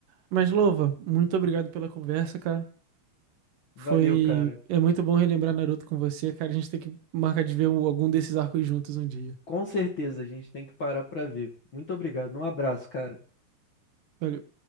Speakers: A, on the right; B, on the left.
A: Mas, Louva, muito obrigado pela conversa, cara.
B: Valeu,
A: Foi.
B: cara.
A: É muito bom relembrar Naruto com você, cara. A gente tem que marcar de ver um- algum desses arcos juntos um dia.
B: Com certeza a gente tem que parar pra ver. Muito obrigado. Um abraço, cara.
A: Valeu.